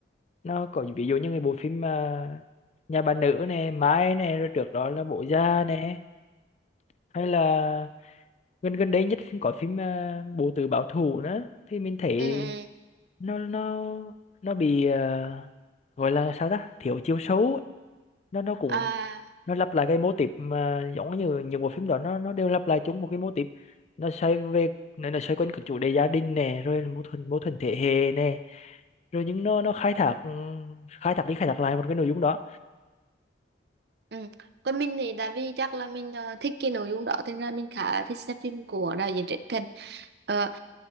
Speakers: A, on the left (about 35°); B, on the right (about 60°).
A: nó có ví dụ như cái bộ phim mà nhà bà nữ nè Mai nè rồi trước đó là Bố Già nè hay là gần gần đây nhất có phim à, Bộ Tứ Báo Thù nữa thì mình thấy
B: Ừ. ừ.
A: nó nó nó bị à, gọi là sao ta thiếu chiều sâu ấy. nó nó cũng
B: À,
A: nó lặp lại cái mô típ mà giống như những bộ phim đó nó nó đều lặp lại chung một cái mô típ nó xoay về nó nó xoay quanh các chủ đề gia đình nè rồi mâu thuẫn mâu thuẫn thế hệ nè rồi nhưng nó nó khai thác khai thác đi khai thác lại một cái nội dung đó
B: Ừ. Còn mình thì tại vì chắc là mình ờ, thích cái nội dung đó Thế nên là mình khá là thích xem phim của đạo diễn Trấn Thành Ờ,